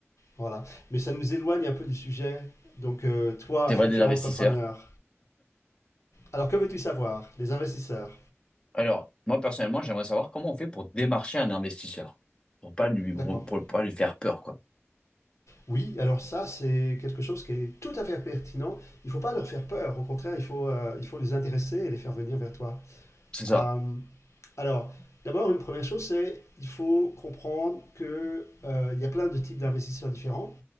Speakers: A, on the left; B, on the left.
A: Voilà. Mais ça nous éloigne un peu du sujet. Donc, euh, toi,
B: C'est
A: futur
B: vrai des investisseurs.
A: entrepreneur, alors que veux-tu savoir Les investisseurs.
B: Alors, moi, personnellement, j'aimerais savoir comment on fait pour démarcher un investisseur, pour pas lui, mon-
A: D'accord.
B: pour pas lui faire peur, quoi.
A: Oui, alors ça, c'est quelque chose qui est tout à fait pertinent. Il ne faut pas leur faire peur. Au contraire, il faut, euh, il faut les intéresser et les faire venir vers toi.
B: C'est ça.
A: Euh, alors, d'abord, une première chose, c'est il faut comprendre que euh, il y a plein de types d'investisseurs différents